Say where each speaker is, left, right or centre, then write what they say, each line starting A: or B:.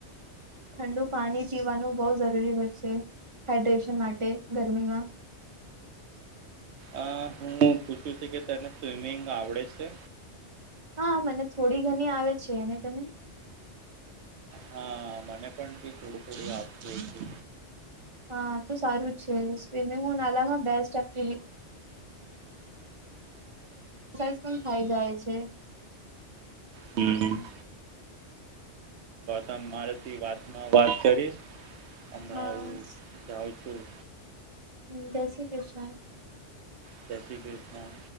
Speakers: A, on the right; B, on the right.
A: ઠંડુ પાણી પીવાનું બહુ જરૂરી હોય છે હાઈડ્રેશન માટે ગરમીમાં
B: અ હું પૂછું છું કે તને સ્વિમિંગ આવડે છે
A: હા મને થોડી ઘણી આવે છે, અને તને
B: હા, મને પણ બી થોડું થોડું આપતું હતુ
A: હા, તો સારુ છે. સ્વિમિંગ હુ ઉનાલામાં બેસ્ટ એક્ટિવિટી એક્સરસાઇઝ પણ થાય જાય છે.
B: હમ્મ રાથી વાતમાં વાત કરીશ હમણાં
A: હા
B: હુ જઉ હમ્મ
A: હમ, જય શ્રી કૃષ્ણ
B: જય શ્રી કૃષ્ણ